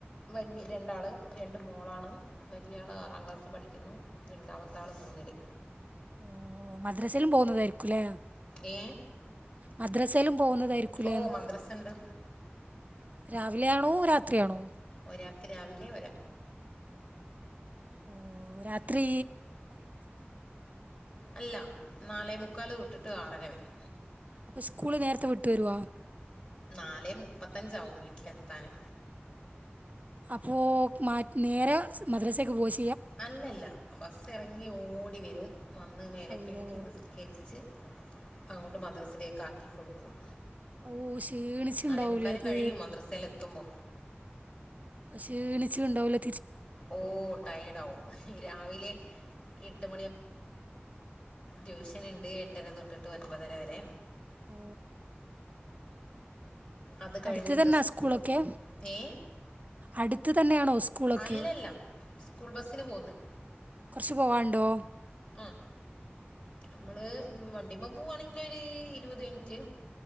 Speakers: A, on the left; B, on the right.
A: വല്ല്യ രണ്ടാള് രണ്ടും മോളാണ് വെല്ല്യ ആള് ആറാം ക്ലാസ്സ് പഠിക്കുന്നു രണ്ടാമത്ത ആള് മൂന്നില്
B: ഓ മദ്രസയിലും പോകുന്നതായിരിക്കുംല്ലേ
A: ഏ
B: മദ്രസയിലും പോകുന്നതായിരിക്കൂലേന്ന്
A: ഓ മദ്രസണ്ട്
B: രാവിലെയാണോ രാത്രിയാണോ
A: ഒരാക്ക് രാവിലെ
B: ഓ രാത്രി
A: അല്ല നാലേ മുക്കാല് തൊട്ട് ട്ട് ആറര വരെ
B: അപ്പൊ സ്കൂള് നേരത്തെ വിട്ട് വരോ
A: നാലേ മുപ്പത്തഞ്ചാവും വീട്ടിലെത്താന്
B: അപ്പോ മാറ്റ് നേരെ മദ്രസക്ക് പോയി
A: അല്ലല്ല ബസ് ഇറങ്ങി ഓടി വരും വന്ന് മേലെ
B: അള്ളോ
A: കഴുകി നിസ്കരിച്ച് അങ്ങോട്ട് മദ്രസിലേക്ക് ആക്കി കൊടുക്കും
B: ഓ ക്ഷീണിച്ചിണ്ടാവൂലേ
A: നാലേ മുക്കാല്
B: അത്
A: കഴിയും മദ്രസെൽ എത്തുമ്പോ
B: ക്ഷീണിച്ച്ണ്ടാവലേ
A: ഓ ടയേർടാവും ഈ രാവിലെ എട്ട് ട്യൂഷൻ ഇണ്ട് എട്ടര തൊട്ടിട്ട് ഒൻപതര വരെ
B: ഓ
A: അത് കഴിഞ്ഞിട്ട്
B: അടുത്ത് തന്നാ
A: സ്കൂളിൽ
B: സ്കൂളൊക്കെ
A: പോകും ഏ
B: അടുത്ത് തന്നെയാണൊ സ്കൂളൊക്കെ.
A: അല്ലല്ല സ്കൂൾ ബസ്സിന് പോകുന്നത്
B: കൊറച്ച് പോവാൺ ണ്ടോ
A: ആ അമ്മള് ഉം വണ്ടിമ്മെ പോവാണ്ങ്കിലൊര് ഇരുവത് മിൻറ്റ്.